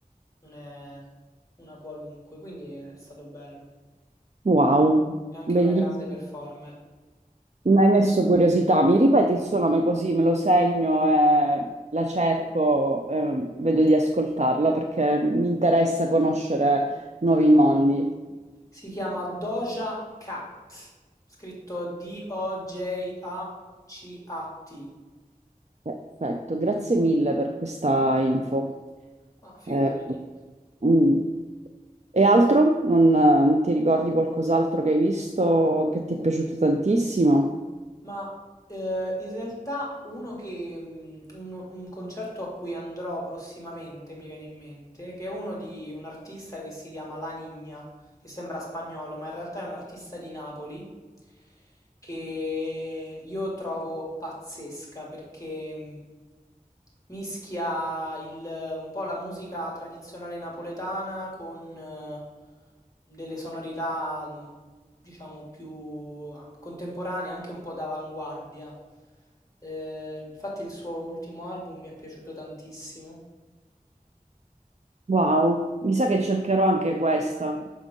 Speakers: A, on the left; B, on the right.
A: non è una qualunque, quindi è stato bello.
B: Wow,
A: È anche
B: bellissimo.
A: una Mm. grande performer.
B: Mi hai messo curiosità. Mi ripeti il suo nome così me lo segno e la cerco, eh, vedo di ascoltarla perché mi interessa conoscere nuovi mondi.
A: Si chiama Doja Cat, scritto D-O-J-A-C-A-T.
B: Perfetto, grazie mille per questa info.
A: Ah, figurati.
B: Eh, mm. E altro? Non, non ti ricordi qualcos'altro che hai visto che ti è piaciuto tantissimo?
A: Ma eh, in realtà uno che, mm, uno- un, concerto a cui andrò prossimamente mi viene in mente, che è uno di un artista che si chiama La Niña, che sembra spagnolo, ma in realtà è un artista di Napoli, che io trovo pazzesca perché mm, mischia il, un po' la musica tradizionale napoletana con eh, delle sonorità mm, diciamo, più ah, contemporanee, anche un po' d'avanguardia. Eh, infatti il suo ultimo album mi è piaciuto tantissimo.
B: Wow, mi sa che cercherò anche questa.